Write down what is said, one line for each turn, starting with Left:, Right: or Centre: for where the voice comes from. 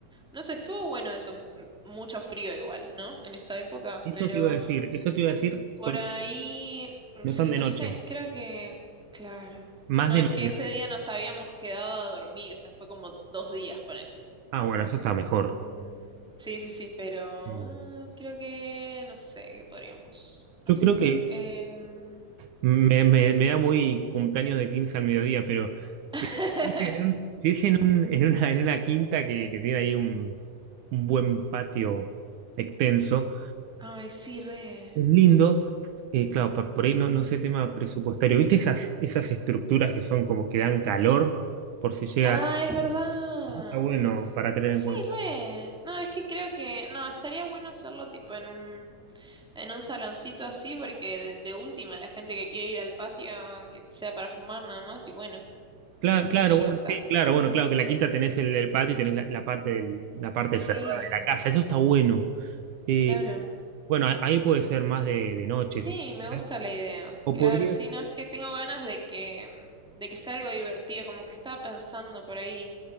Centre: No sé, estuvo bueno eso, m- mucho frío igual, ¿no? En esta época,
Right: Eso
Centre: pero
Right: te iba a decir,
Centre: <laughs>
Right: eso te iba a decir
Centre: por
Right: porque
Centre: ahí, mm,
Right: no
Centre: sí,
Right: están de
Centre: no
Right: noche,
Centre: sé, creo que, claro.
Right: más
Centre: No,
Right: de
Centre: es
Right: mediodía.
Centre: que ese día nos habíamos quedado a dormir, o sea, fue como dos días, ponele.
Right: Ah, bueno, eso está mejor.
Centre: Mm, Sí, sí, sí, pero ah,
Right: Mm.
Centre: creo que, no sé, ¿qué podríamos hacer?
Right: Yo creo que
Centre: Em,
Right: me, me- me da muy cumpleaños de 15 al mediodía, pero
Centre: <laughs>
Right: eh, si es en un- si es en un- en una, en una quinta que, que tiene ahí un un buen patio extenso.
Centre: Ay, sí, re.
Right: es lindo. Eh, claro, pa- por ahí no, no sé tema presupuestario. ¿Viste esas, esas estructuras que son como que dan calor por si llega?
Centre: Ah, es verdad.
Right: Está bueno para tener en
Centre: Sí,
Right: cuenta.
Centre: re. No, es que creo que, no, estaría bueno hacerlo tipo en un... En un saloncito así, porque de, de última, la gente que quiere ir al patio, que sea para fumar nada más, y bueno,
Right: Claro,
Centre: qué
Right: claro,
Centre: sé
Right: bueno,
Centre: yo, o sea.
Right: sí, claro, bueno, claro, que la quinta tenés el, el patio y tenés la, la parte del- la parte cerrada
Centre: Sí,
Right: de la casa. Eso está bueno. Eh,
Centre: claro.
Right: bueno, a- ahí puede ser más de, de noche,
Centre: Sí,
Right: si
Centre: me
Right: quieras.
Centre: gusta la idea.
Right: O
Centre: Claro,
Right: podrías,
Centre: sí, no, es que tengo ganas de que, de que sea algo divertido, como que estaba pensando por ahí.